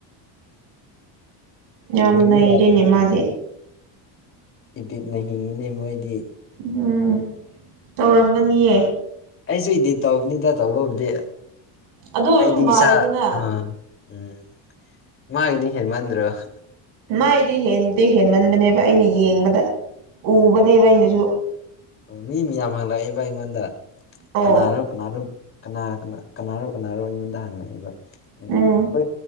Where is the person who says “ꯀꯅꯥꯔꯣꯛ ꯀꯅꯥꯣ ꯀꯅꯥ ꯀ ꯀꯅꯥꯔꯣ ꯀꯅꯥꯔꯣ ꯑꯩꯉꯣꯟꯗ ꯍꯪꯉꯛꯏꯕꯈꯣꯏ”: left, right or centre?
Left